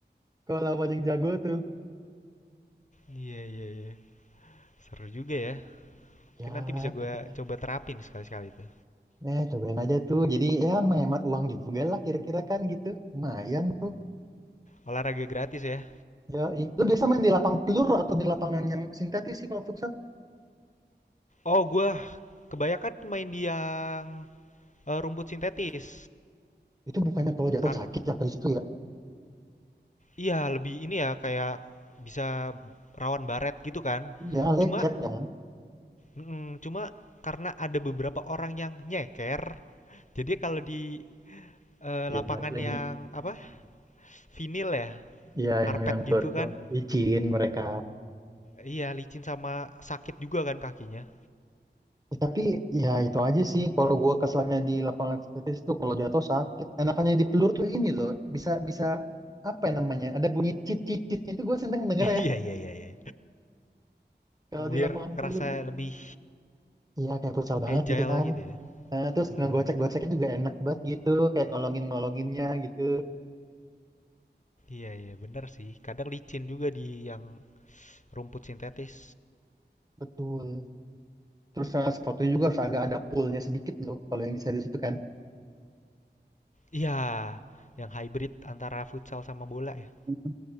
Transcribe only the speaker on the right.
kalau lawan yang jago tuh
ya
gitu
Nah, cobain aja tuh. Jadi ya menghemat uang juga lah kira-kira kan gitu. Lumayan tuh.
Ya, i- lu biasa main di lapang pelur atau di lapangan yang sintetis sih kalau futsal?
Itu bukannya kalau jatuh
sakit ya dari situ ya?
Iya, lecet
ya kan?
Iya,
benar lagi.
Iya,
yang yang pelur
itu
licin mereka.
Ya, tapi ya itu aja sih kalau gua kesannya di lapangan sintetis tuh kalau jatuh sakit. Enakannya di pelur tuh ini loh, bisa bisa apa ya namanya? Ada bunyi cit cit citnya itu gua seneng denger
ya
kalau di
lapangan
pelur.
Iya, kayak futsal banget
gitu kan.
Eh, terus
ngegocek-goceknya juga enak banget gitu, kayak ngolongin-ngolonginnya gitu.
Betul. Terus eh, sepatunya juga harus agak ada poolnya sedikit loh, kalau yang di series itu kan.
Mhm.